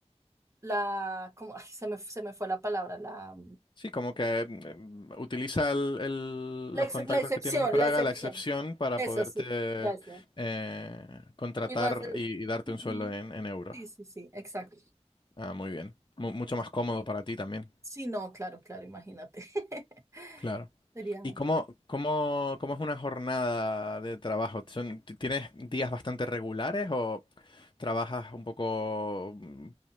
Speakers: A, on the right; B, on the left.
A: la, como, ay, se me, se me fue la palabra, la,
B: Sí, como que mm, eh, utiliza el- el-
A: La,
B: los
A: ex-
B: contactos
A: la excepción,
B: que tiene en Praga,
A: la excepción.
B: la excepción, para
A: Eso
B: poderte
A: sí, gracias.
B: eh, contratar
A: Conmigo es el...
B: y, y darte
A: Ujú.
B: un sueldo en, en euros.
A: sí, sí, sí, exacto.
B: Ah, muy bien. Mu- mucho más cómodo para ti también.
A: Sí, no, claro, claro, imagínate. <laughs>
B: Claro.
A: Sería,
B: ¿Y cómo, cómo, cómo es una jornada de trabajo? ¿Son- ti- ¿Tienes días bastante regulares o trabajas un poco mm,